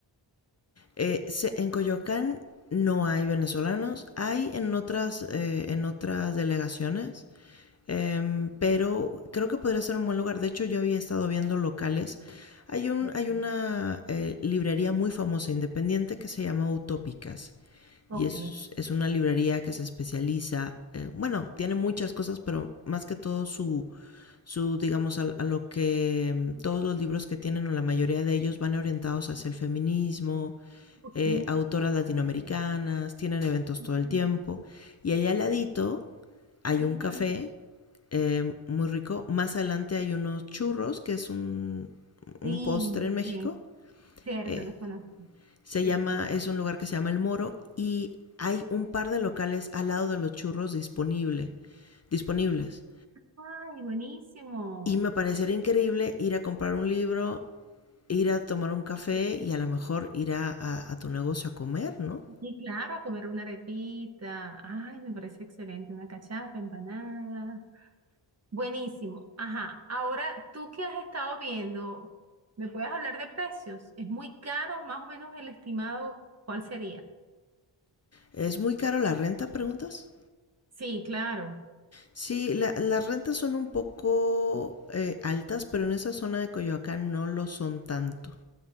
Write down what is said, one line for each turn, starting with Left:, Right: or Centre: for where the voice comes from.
Left: Eh, se- en Coyoacán no hay venezolanos, hay en otras, eh, en otras delegaciones, em, pero creo que podría ser un buen lugar. De hecho, yo había estado viendo locales. Hay, un,
Right: Ujú.
Left: hay una eh, librería muy famosa, independiente, que se llama Utópicas.
Right: Ok,
Left: Y es, es una librería que se especializa, eh, bueno, tiene muchas cosas, pero más que todo su, su digamos a, a, lo que mm, todos los libros que tienen o la mayoría de ellos van orientados hacia el feminismo
Right: ok.
Left: eh, autoras latinoamericanas tienen eventos
Right: Ujú,
Left: todo el tiempo y allá al ladito hay
Right: ujú.
Left: un café eh, muy rico más adelante hay unos churros que es un, un
Right: Sí,
Left: postre en México
Right: sí, cierto,
Left: eh,
Right: los conozco.
Left: se
Right: Churros.
Left: llama es un lugar que se llama El Moro y hay un par de locales al lado de los churros disponible disponibles
Right: Ay, buenísimo.
Left: y me parecería increíble ir a comprar un libro, ir a tomar un café y a lo mejor ir a, a, a tu negocio a comer, ¿no?
Right: Y claro, a comer una arepita. Ay, me parece excelente. Una cachapa, empanada. Buenísimo. Ajá. Ahora, ¿tú que has estado viendo? ¿Me puedes hablar de precios? ¿Es muy caro? Más o menos el estimado, ¿cuál sería?
Left: ¿Es muy caro la renta, preguntas?
Right: Sí, claro.
Left: Sí, la, las rentas son un poco eh, altas, pero en esa zona de Coyoacán no lo son tanto.